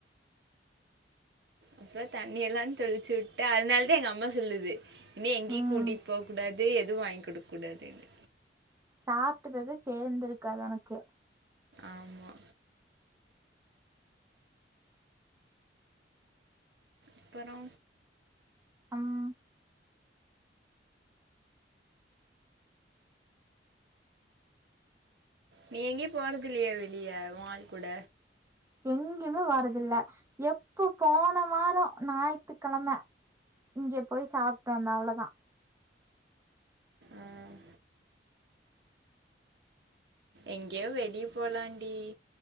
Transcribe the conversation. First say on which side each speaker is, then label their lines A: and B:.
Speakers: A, on the right; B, on the right.
A: அப்புறோ தண்ணில்லா தெளிச்சுட்டு அதனாலதா எங்க அம்மா சொல்லுது இனி எங்கேயு
B: ம்
A: கூட்டிகிட்டு போக் கூடாது எதுவு வாங்கி குடுக்கூடாதுன்னு
B: சாப்ட்டதது சேந்திருக்காது உனக்கு
A: ஆமா அப்பறோ
B: அம்
A: நீ எங்கேயு போறதில்லையா வெளிய ஓ ஆள் கூட
B: எங்கேயுமே வாரதில்ல எப்ப போன வாரம் ஞாயி்த்துக்கிழம இங்கே போய் சாப்பிட்டு வந்த அவ்ளோதான்
A: ம் எங்கயோ வெளிய போலாம்ண்டி